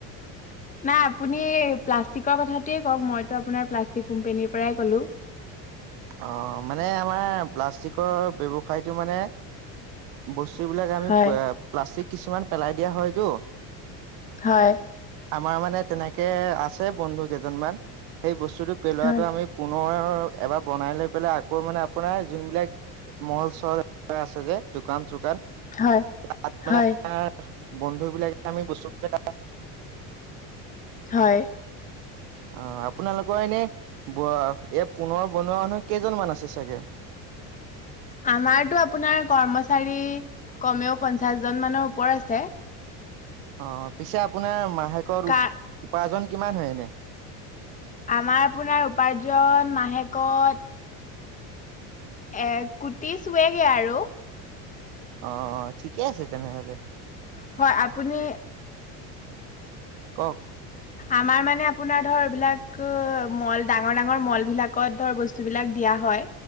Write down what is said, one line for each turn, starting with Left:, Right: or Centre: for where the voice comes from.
Left: নাই আপুনি প্লাষ্টিকৰ কথাটোৱে কওক মইতো আপোনাৰ প্লাষ্টিক কোম্পেনীৰ পৰাই ক'লো
Right: অ মানে আমাৰ প্লাষ্টিকৰ ব্যৱসায়টো মানে বস্তু বিলাক আমি
Left: হয়
Right: প্লাষ্টিক কিছুমান পেলাই দিয়া হয়তো
Left: হয়
Right: আমাৰ মানে তেনেকে আছে বন্ধু কেইজনমান সেই বস্তুটো পেলোৱাটো
Left: হয়
Right: আমি পুনৰ এবাৰ বনাই লৈ পেলাই আকৌ মানে আপোনাৰ যোনবিলাক মল চল আছে যে দোকান চোকান
Left: হয়
Right: তাত মানে
Left: হয়
Right: আমাৰ বন্ধু বিলাকে আমি বস্তুবিলাক তাত
Left: হয়
Right: অ আপোনালোকৰ এনে ব এ পুনৰ বনোৱা মানুহ কেইজনমান আছে চাগে।
Left: আমাৰতো আপোনাৰ কৰ্মচাৰী কমেও পঞ্চাশ জন মানৰ ওপৰ আছে।
Right: অ পিছে আপোনাৰ মাহেকৰ
Left: কা
Right: উদ উপাৰ্জন কিমান হয় এনে
Left: আমাৰ আপোনাৰ উপাৰ্জন মাহেকত এক কোটি চুৱে গে আৰু
Right: অ অ ঠিকে আছে তেনেহলে
Left: হয় আপুনি
Right: কওক
Left: আমাৰ মানে আপোনাৰ ধৰ এইবিলাক মল ডাঙৰ ডাঙৰ মল বিলাক কত ধৰ বস্তুবিলাক দিয়া হয়